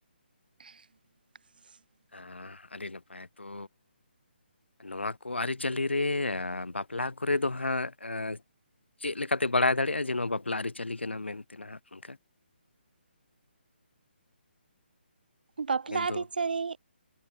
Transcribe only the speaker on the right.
<inaudible>
ᱵᱟᱯᱞᱟ
ᱟᱹᱨᱤᱪᱟᱹᱨᱤ